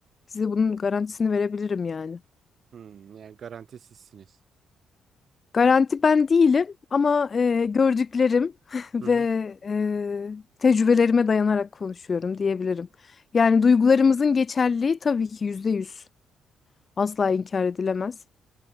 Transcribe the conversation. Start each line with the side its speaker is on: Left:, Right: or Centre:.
Left: Size bunun garantisini verebilirim yani.
Right: Hmm, yani garantisizsiniz.
Left: Garanti ben değilim ama e, gördüklerim <laughs> ve
Right: hı hı,
Left: e, tecrübelerime dayanarak konuşuyorum diyebilirim. Yani duygularımızın geçerliliği tabii ki yüzde yüz asla inkar edilemez.